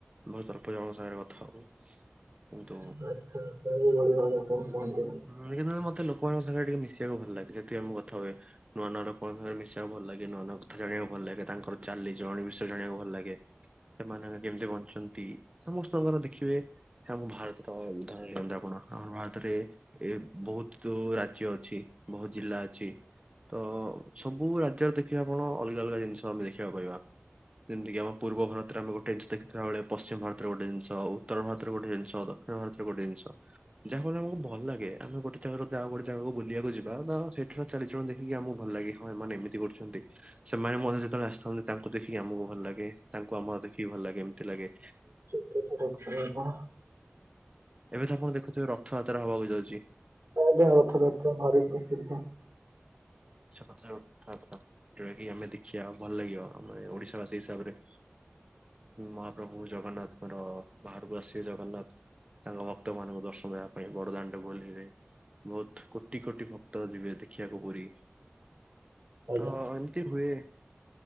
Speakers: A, on the right; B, on the right.
A: ବହୁତ୍ ଅଳ୍ପ ଜଣଙ୍କ ସାଙ୍ଗେରେ କଥା ହଉ। କିନ୍ତୁ
B: ଆଚ୍ଛା-ଆଚ୍ଛା ଆପଣ ଏଇଭଳି ଭାବେ <unintelligible>
A: <unintelligible> ମତେ ଲୋକମାନଙ୍କ ସାଙ୍ଗେରେ ଟିକେ ମିଶିବାକୁ ଭଲ ଲାଗେ, ସେଥିପାଇଁ ମୁଁ କଥା ହୁଏ। ନୂଆ-ନୂଆ ଲୋକଙ୍କ ସାଙ୍ଗେରେ ମିଶିବାକୁ ଭଲ୍ ଲାଗେ, ନୂଆ-ନୂଆ କଥା ଜଣିବାକୁ ଭଲ୍ ଲାଗେ ତାଙ୍କର ଚାଲି ଚଳଣି ବିଷୟରେ ଜାଣିବାକୁ ଭଲ୍ ଲାଗେ। ସେମାନେ କେମିତି ବଞ୍ଚନ୍ତି, ସମସ୍ତଙ୍କର ଦେଖିବେ ଆମ ଭାରତର ଉଦାହରଣ <unintelligible> ଆପଣ ଆମ ଭାରତରେ ଏ ବହୁତ୍ ରାଜ୍ୟ ଅଛି, ବହୁତ ଜିଲ୍ଲା ଅଛି ତ ସବୁ ରାଜ୍ୟରେ ଦେଖିବେ ଆପଣ ଅଲଗା-ଅଲଗା ଜିନିଷ ଆମେ ଦେଖିବାକୁ ପାଇବା। ଯେମ୍ କି ଆମ ପୂର୍ବ ଭାରତରେ ଆମେ <unintelligible> ଦେଖିଥିବା ବେଳେ ପଶ୍ଚିମ ଭାରତରେ ଗୋଟେ ଜିନିଷ, ଉତ୍ତର ଭାରତରେ ଗୋଟେ ଜିନିଷ, ଦକ୍ଷିଣ ଭାରତରେ ଗୋଟେ ଜିନିଷ <unintelligible> ଆମକୁ ଭଲ ଲାଗେ। ଆମେ ଗୋଟେ ଜାଗାରୁ ଯଦି ଆଉ ଗୋଟେ ଜାଗାକୁ ବୁଲିଆକୁ ଯିବା ତ ସେଠାରେ ଚାଲି ଚଳନ ଦେଖିକି ଆମକୁ ଭଲ ଲାଗେ, ହଁ ଏ ଏମିତି ଗୋଟେ ଅଛନ୍ତି। ସେମାନେ ମଧ୍ୟ ଯେତେବେଳେ ଆସିଥାନ୍ତି ତାଙ୍କୁ ଦେଖିକି ଆମକୁ ଭଲ ଲାଗେ ତାଙ୍କୁ ଆମର ଦେଖିକି ଭଲ ଲାଗେ ଏମିତି ଲାଗେ।
B: <unintelligible>
A: ଏବେ ତ ଆପଣ ଦେଖୁଥିବେ ରଥଯାତ୍ରା ହବାକୁ ଯାଉଛି।
B: <unintelligible>
A: କଥା ଯଉଟା କି ଆମେ ଦେଖିବା ଭଲ ଲାଗିବ। ଆମେ ଓଡିଶା ବାସୀ ହିସାବରେ। ମହାପ୍ରଭୁ ଜଗନ୍ନାଥଙ୍କର ବାହାରୁକୁ ଆସିବ ଜଗନ୍ନାଥ ତାଙ୍କ ଭକ୍ତ ମାନଙ୍କୁ ଦର୍ଶନ ଦେବା ପାଇଁ ବଡଦାଣ୍ଡ ଙ୍କୁ ଓଲ୍ହେଇବେ ବହୁତ କୋଟି କୋଟି ଭକ୍ତ ତ ଯିବେ ଦେଖିଆ କୁ ପୁରି
B: ଆଜ୍ଞା
A: ତ ଏମିତି ହୁଏ